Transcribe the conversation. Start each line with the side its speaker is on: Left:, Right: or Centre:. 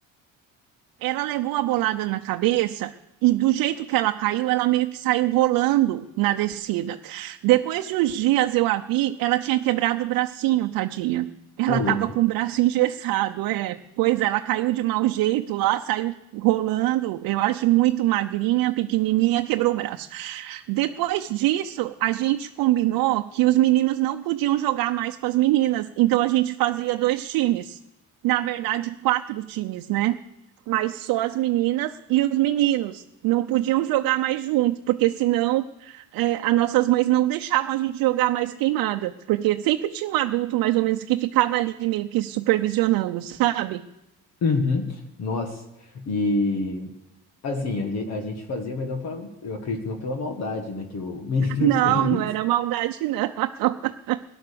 Right: ela levou a bolada na cabeça e do jeito que ela caiu, ela meio que saiu rolando na descida. Depois de uns dias eu a vi, ela tinha quebrado o bracinho, tadinha. Ela
Left: Ô, louco.
Right: estava com o braço <laughs> engessado, é. Pois ela caiu de mau jeito lá, saiu rolando, eu acho muito magrinha, pequenininha, quebrou o braço. Depois disso, a gente combinou que os meninos não podiam jogar mais com as meninas, então a gente fazia dois times. Na verdade, quatro times, né? mas só as meninas e os meninos não podiam jogar mais junto, porque senão é, as nossas mães não deixavam a gente jogar mais queimada, porque sempre tinha um adulto mais ou menos que ficava ali meio que supervisionando, sabe?
Left: Uhum. Nossa, e assim, a gente, a gente fazia, mas não para, eu acredito, não pela maldade, né, que o menino
Right: Não,
Left: <laughs> fez.
Right: não era maldade, não, <laughs>